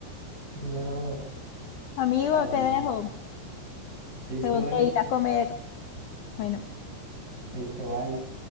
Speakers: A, on the right; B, on the left.
A: no.
B: Amigo,
A: Ay,
B: te dejo.
A: no. Listo,
B: Tengo
A: vale.
B: que ir a comer. Bueno.
A: Listo, bye.